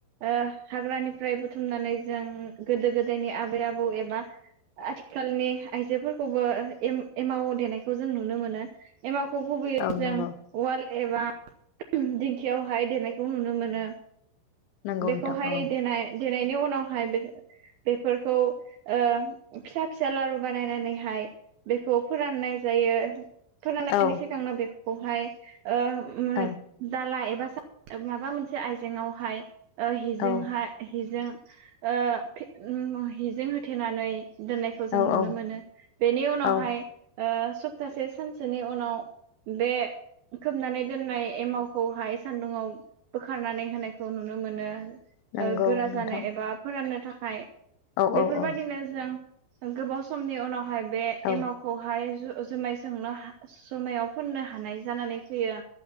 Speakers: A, on the right; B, on the left.
A: ओ हाग्रानिफ्राय बुथुमनानै जों गोदो गोदायनि आबै आबौ एबा आथिखालनि आइजोफोरखौबो एम-एमाव देनायखौ जों नुनो मोनो। एमाव खौ गुबैयै
B: औ
A: जों
B: नंगौ
A: उवाल एबा दिंखियावहाय देनायखौ नुनो मोनो।
B: नंगौ
A: बेखौहाय
B: नोंथां औ
A: देनाय देनायनि उनावहाय बे बेफोरखौ ओ फिसा फिसा लारु बानायनानै हाय बेखौ फोराननाय जायो। फोराननायनि
B: औ
A: सिगांनो बेखौहाय ओ <unintelligible>
B: औ
A: दाला एबा सा माबा मोनसे आयजेंआवहाय ओ हिजोंहाय
B: औ
A: हिजों ओ <unintelligible> हिजों होथेनानै दोननायखौ जों
B: औ
A: नुनो
B: औ
A: मोनो। बेनि उनावहाय
B: औ
A: ओ सप्तासे सानसेनि उनाव बे खोबनानै दोननाय एमावखौहाय सान्दुङाव बोखारनानै होनायखौ नुनो मोनो। ओ
B: नंगौ
A: गोरा
B: नोंथां
A: जानो एबा फोराननो थाखाय
B: औ औ
A: बेफोरबायदिनो
B: औ
A: जों गोबाव समनि उनावहाय बे
B: औ
A: एमावखौहाय जु जुमाय सोंनो जुमायाव फोननो हानाय जानानै फैयो।